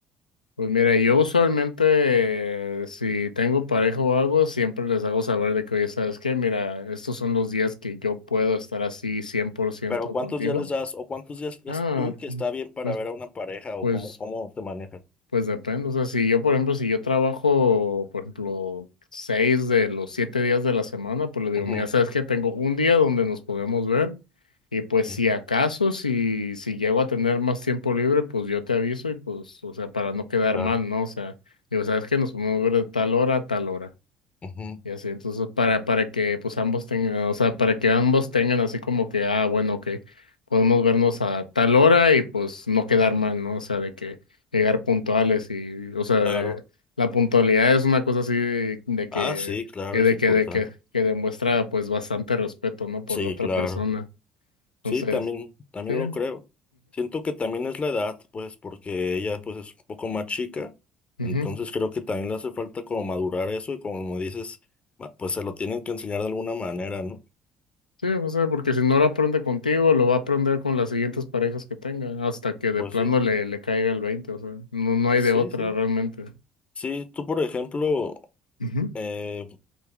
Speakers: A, on the left (about 85°); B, on the left (about 30°).
A: Pues mira, yo usualmente eh, si tengo pareja o algo, siempre les hago saber de que, oye, ¿sabes qué? Mira, estos son los días que yo puedo estar así cien por ciento
B: pero
A: contigo.
B: cuántos días les das, o cuántos días crees
A: Ah,
B: tú que está bien para
A: pues...
B: ver a una pareja, o
A: Pues
B: cómo, cómo te manejas.
A: Pues depende, o sea, si yo, por ejemplo, si yo trabajo, por ejemplo, seis de los siete días de la semana, pues le digo,
B: Ujú,
A: mira, sabes que tengo un día donde nos podemos ver y pues si
B: ujú,
A: acaso, si, si llego a tener más tiempo libre, pues yo te aviso y pues, o sea, para no quedar
B: claro,
A: mal, ¿no? O sea, digo, sabes que nos podemos ver de tal hora a tal hora.
B: ujú,
A: Y así, entonces, para, para que pues ambos tengan, o sea, para que ambos tengan así como que, ah, bueno, que podemos vernos a tal hora y pues no quedar mal, ¿no? O sea, de que llegar puntuales y, o sea, eh,
B: claro.
A: la puntualidad es una cosa así de, de
B: Ah,
A: que,
B: sí, claro,
A: que,
B: es
A: de
B: importante.
A: que, de que, que demuestra pues bastante respeto, ¿no? Por
B: Sí,
A: la otra
B: claro.
A: persona.
B: Sí,
A: Entonces,
B: también, también
A: sí,
B: lo creo. Siento que también es la edad, pues, porque ella, pues, es un poco más chica.
A: mhm,
B: Entonces creo que también le hace falta como madurar eso y como dices, ma- pues se lo tienen que enseñar de alguna manera, ¿no?
A: Sí, o sea, porque si no lo aprende contigo, lo va a aprender con las siguientes parejas que tenga, hasta que de
B: Pues
A: plano
B: sí,
A: le, le caiga el veinte o sea, no, no
B: sí,
A: hay de otra
B: sí.
A: realmente.
B: Sí, tú, por ejemplo,
A: Ujú.
B: eh,